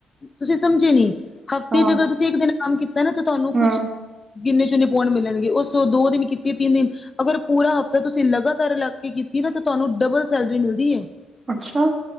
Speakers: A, on the left; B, on the right.
A: ਤੁਸੀਂ ਸਮਝੇ ਨੀ ਹਫ਼ਤੇ
B: ਹਾਂ
A: ਚ ਅਗਰ ਤੁਸੀਂ ਇੱਕ ਦਿਨ ਕੰਮ ਕੀਤਾ ਨਾ ਤਾਂ ਤੁਹਾਨੂੰ ਕੁਛ
B: ਹਮ
A: ਗਿੰਨੇ ਚੁਣੇ ਪਾਉਂਡ ਮਿਲਣਗੇ, ਉਹ ਸੋ ਦੋ ਦਿਨ ਕੀਤੀ ਤਿੰਨ ਦਿਨ ਅਗਰ ਪੂਰਾ ਹਫ਼ਤਾ ਤੁਸੀਂ ਲਗਾਤਾਰ ਲੱਗ ਕੇ ਕੀਤੀ ਨਾ ਤਾਂ ਤੁਹਾਨੂੰ ਡਬਲ ਸੈਲਰੀ ਮਿਲਦੀ ਏ।
B: ਅੱਛਾ